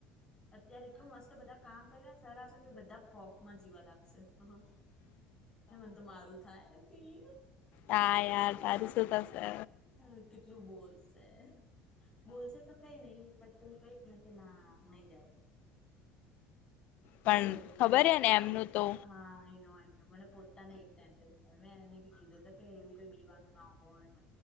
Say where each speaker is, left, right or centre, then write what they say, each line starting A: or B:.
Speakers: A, on the left; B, on the left.
A: ત્યારે એટલું મસ્ત બધા કામ કરયા ત્યારે આવશે તો બધા ખોફમાં જીવા લાગશે. હ ને મને તો મારું થાય પીર
B: હા યાર તારું શું થશે
A: હ કેટલું બોલ. તે. બોલશે તો કઈ નહી પ તુમ કઈ કે ના નહી રહેવું. નઈ
B: પણ
A: રહે ઓદલા
B: ખબર
A: નઈ રહે
B: હ ને એમનું તો
A: હાનો. મને પોતાને એક ટેન્શન થાય મેં એને પીછીધું કે એવું કઈ બીવાનું ના હોયને